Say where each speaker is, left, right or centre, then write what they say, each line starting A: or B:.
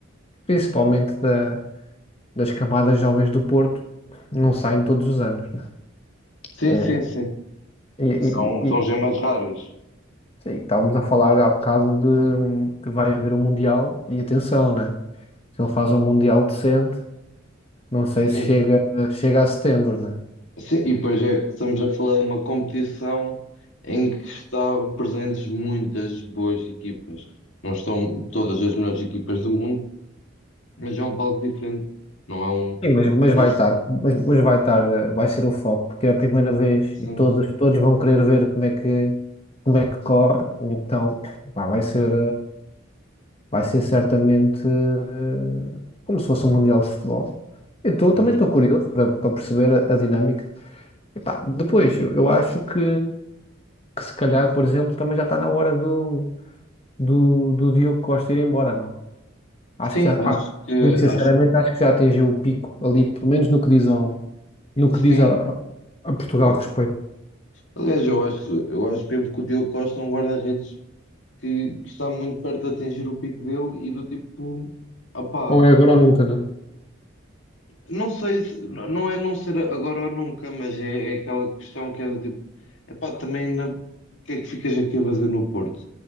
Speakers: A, on the left; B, on the left.
A: principalmente da, das camadas jovens do Porto, não saem todos os anos. né?
B: sim,
A: É,
B: sim, sim,
A: e, e-
B: são, são
A: e-
B: gemas raras,
A: sim, estávamos a falar há bocado de que vai haver um Mundial, e atenção, né? Se ele faz um Mundial decente, não sei
B: sim,
A: se chega, chega a setembro, né?
B: sim, e pois é que estamos a falar de uma competição em que estão presentes muitas boas equipas. Não estão todas as melhores equipas do mundo, Mas é um palco diferente, não é um.
A: Sim, mas, mas vai
B: Não,
A: estar, mas, mas vai estar, eh, vai ser o foco, porque é a primeira vez
B: sim.
A: e todos, todos vão querer ver como é que, como é que corre, então, pá, vai ser. vai ser certamente eh, como se fosse um Mundial de Futebol. Eu tô-
B: Uhum.
A: também estou curioso para, para perceber a, a dinâmica. Epá, depois, eu, eu acho que, que se calhar, por exemplo, também já está na hora do, do, do Diogo Costa ir embora, não? Acho
B: Sim,
A: que já,
B: acho
A: ah,
B: que
A: muito sinceramente,
B: acho que
A: acho que já atingiu o pico ali, pelo menos no que diz, ao, no
B: sim.
A: que diz a, a Portugal
B: Eu-
A: a respeito.
B: Aliás, eu acho, que- eu acho mesmo que o Diogo Costa é um guarda-redes que, que está muito perto de atingir o pico dele e do tipo, opá,
A: Ou é agora ou nunca, não é?
B: não sei se não não é não ser agora ou nunca, mas é, é aquela questão que é do tipo, epá, também na, o que é que ficas aqui a fazer no Porto?